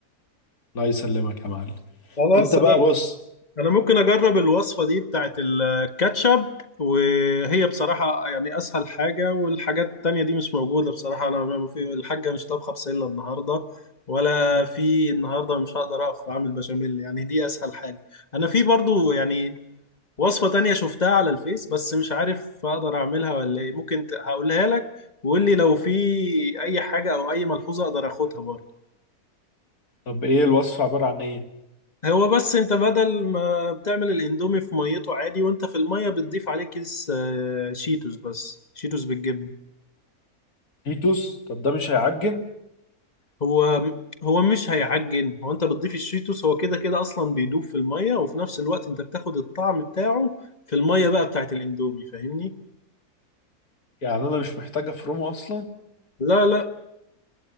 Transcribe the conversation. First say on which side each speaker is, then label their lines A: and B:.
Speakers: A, on the left; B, on the left.
A: الله يسلمك يا معلم
B: خلاص
A: أنت بقى
B: انا
A: بص
B: انا ممكن اجرب الوصفه دي بتاعت الكاتشب وهي بصراحه يعني اسهل حاجه والحاجات التانية دي مش موجوده بصراحه انا ما في الحاجه مش طابخه بسله النهارده ولا في النهارده مش هقدر اقف اعمل بشاميل يعني دي اسهل حاجه انا في برضو يعني وصفه تانية شفتها على الفيس بس مش عارف اقدر اعملها ولا ايه ممكن ت- هقولها لك وقول لي لو في اي حاجه او اي ملحوظه اقدر اخدها برضو
A: طب إيه الوصفة عبارة عن إيه؟
B: هو بس انت بدل ما بتعمل الاندومي في ميته عادي وانت في الميه بتضيف عليه كيس آه، شيتوس بس شيتوس بالجبنه
A: فيتوس طب ده مش هيعجن؟
B: هو هو مش هيعجن هو انت بتضيف الشيتوس هو كده كده اصلا بيدوب في الميه وفي نفس الوقت انت بتاخد الطعم بتاعه في الميه بقى بتاعت الاندومي فاهمني
A: يعني أنا مش محتاج أفرمه أصلا
B: لا لا